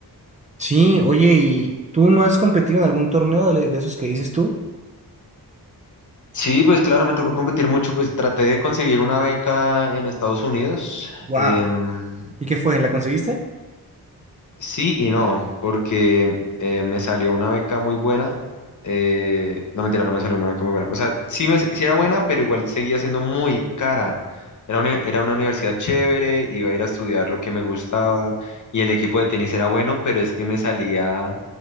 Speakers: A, on the right (about 20°); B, on the left (about 50°).
A: Sí, oye, ¿y tú no has competido en algún torneo de, de esos que dices tú?
B: Sí, pues claro, me tocó competir mucho, pues traté de conseguir una beca en Estados Unidos.
A: Wow.
B: em,
A: ¿Y qué fue? ¿La conseguiste?
B: Sí y no, porque eh, me salió una beca muy buena. eh, no, mentira, no me salió una beca muy buena. O sea, sí, me, sí era buena, pero igual seguía siendo muy cara. Era una, era una universidad chévere, iba a ir a estudiar lo que me gustaba y el equipo de tenis era bueno, pero es que me salía,